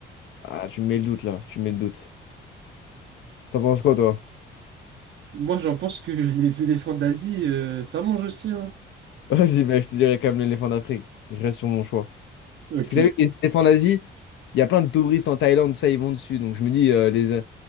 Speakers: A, on the left; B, on the right.
A: Ah, tu me mets le doute là, tu me mets le doute. T'en penses quoi, toi?
B: Moi, j'en pense que les éléphants d'Asie, euh, ça mange aussi, hein.
A: <laughs> Vas-y, mais je te dirais quand même l'éléphant d'Afrique. Je reste sur mon choix.
B: Ok.
A: Parce que t'as vu, les éléphants d'Asie, il y a plein de touristes en Thaïlande, tout ça, ils vont dessus. Donc, je me dis, euh, les... euh,